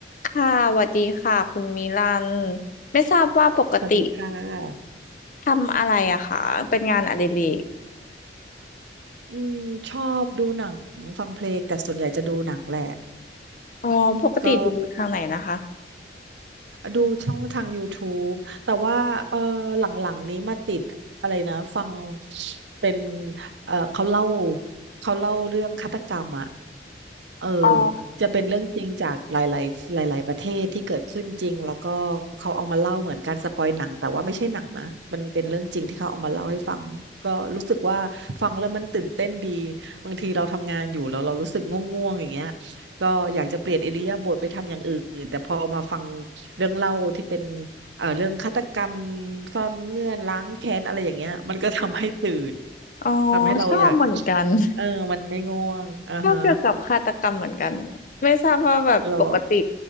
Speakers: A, on the left; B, on the right.
A: ค่ะสวัสดีค่ะคุณมิลันไม่ทราบว่าปกติ
B: สวัสดีค่ะ
A: ทำอะไรอะคะเป็นงานอดิเรก
B: อืมชอบดูหนังฟังเพลงแต่ส่วนใหญ่จะดูหนังแหละ
A: อ๋อปกติดูทางไหนนะคะ
B: ก็ ดูช่องทางยูทูบแต่ว่าเออหลังๆนี้มาติดอะไรนะฟังเป็นเออเขาเล่าเขาเล่าเรื่องฆาตกรรมอ่ะเออ
A: อ๋อ
B: จะเป็นเรื่องจริงจากหลายๆหลายๆประเทศที่เกิดขึ้นจริงแล้วก็เขาเอามาเล่าเหมือนการสปอยหนังแต่ว่าไม่ใช่หนังนะมันเป็นเรื่องจริงที่เขาเอามาเล่าให้ฟังก็รู้สึกว่าฟังแล้วมันตื่นเต้นดีบางทีเราทำงานอยู่แล้วเรารู้สึกง่วงๆอย่างเงี้ยก็อยากจะเปลี่ยนอิริยาบถไปทำอย่างอื่นแต่พอมาฟัง เรื่องเล่าที่เป็นเอ่อเรื่องฆาตกรรมซ่อนเงื่อนล้างแค้นอะไรอย่างเงี้ยมันก็ทำให้ตื่น
A: อ๋อ
B: ทำให้เราอยาก
A: ชอบเหมือนกัน <laughs>
B: เออมันไม่ง่วงอ่าฮะ
A: ชอบเกี่ยวกับฆาตกรรมเหมือนกันไม่ทราบว่าแบบปกติ
B: หรอ